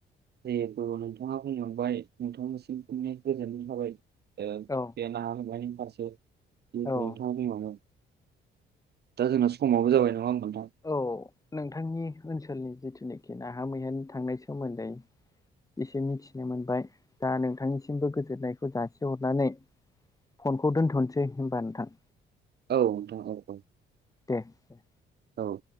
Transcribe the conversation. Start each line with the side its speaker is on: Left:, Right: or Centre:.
Right: <unintelligible>
Left: औ
Right: ओ
Left: औ
Right: <unintelligible>
Left: औ
Right: दा जोंना समावबो जाबाय नङा होमबा नोंथां।
Left: औ नोंथांनि ओनसोलनि जिथुनेखि नाहा मैयानि थांनाय सोमोन्दै एसे मिथिनो मोनबाय दा नोंथांनिसिमबो गोजोननायखौ जासिहरनानै फनखौ दोनथ'निसै होमबा नोंथां।
Right: औ नोंथां औ औ।
Left: दे दे।
Right: औे।